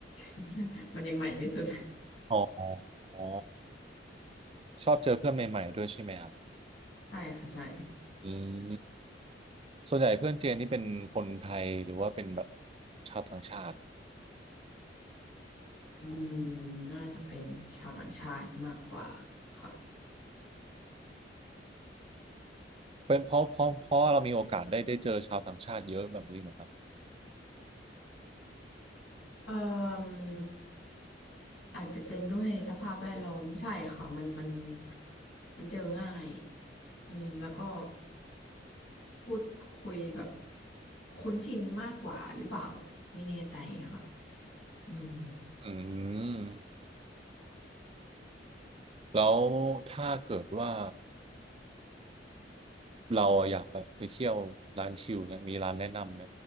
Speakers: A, on the left; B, on the right.
A: <laughs> มันจะมันยังใหม่ไม่สุด
B: อ๋ออ๋อชอบเจอเพื่อนใหม่ๆด้วยใช่ไหมครับ
A: <laughs> ใช่ค่ะใช่
B: อืมส่วนใหญ่เพื่อนเจนนี่เป็นคนไทยหรือว่าเป็นแบบชาวต่างชาติ
A: อืมน่าจะเป็นชาวต่างชาติมากกว่าค่ะ
B: เป็นเพราะเพราะเพราะเรามีโอกาสได้ได้เจอชาวต่างชาติเยอะแบบนี้เหรอครับ
A: เอ่ออาจจะเป็นด้วยสภาพแวดล้อมใช่ค่ะมันมันมันเจอง่ายอืมแล้วก็พูดคุยแบบคุ้นชินมากกว่าหรือเปล่าไม่แน่ใจค่ะอืม
B: อืมแล้วถ้าเกิดว่าเราอยากแบบไปเที่ยวร้านชิลเนี่ยมีร้านแนะนำไหม